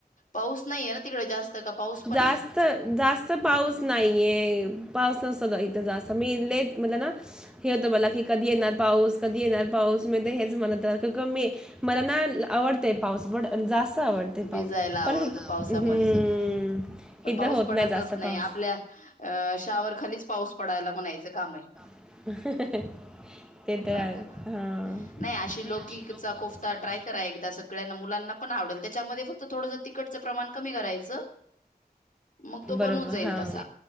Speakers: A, on the left (about 50°); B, in the centre.
A: पाऊस नाहीय ना तिकडे जास्त, का? पाऊस पण
B: जास्त
A: आहे.
B: नाही? जास्त पाऊस नाहीये पाऊस नसत इथ जास्त मी लेट म्हटना, हे होतं मला की कधी येणार पाऊस, कधी येणार पाऊस मी हेच म्हणत मी मला ना आवडतय पाऊस. पण जास्त आवडते पाऊस,
A: भिजायला
B: पण
A: आवडतो
B: हम्म!
A: पावसामध्ये पण
B: हिथं
A: पाऊस
B: होत
A: पडतच
B: नाही जास्त पाऊस.
A: आपल्या अ शावर खालीच पाऊस पडायला म्हणायचं, काम आय.
B: ते तरं
A: मग
B: हाय!
A: नाही अशी
B: अ
A: लौकिकचा कोफ्ता ट्राय करा एकदास सगळ्यांना मुलांना पण आवडेल फक्त थोड तिकटचं प्रमाण कमी करायचं. मग तो
B: बरोबर
A: बनून जाईल
B: हा
A: तसा